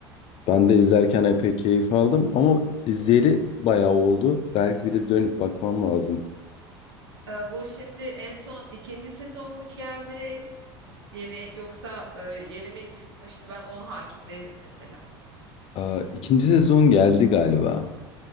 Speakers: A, on the left; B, on the right.
A: Ben de izlerken epey keyif aldım ama izleri bayağı oldu. Belki bir de dönüp bakmam lazım.
B: Ee, bu şimdi en son ikinci sezon mu geldi? Yeni yoksa e, yeni mi çıkmıştı? Ben ona hakim değilim mesela.
A: Aa, ikinci sezon geldi galiba.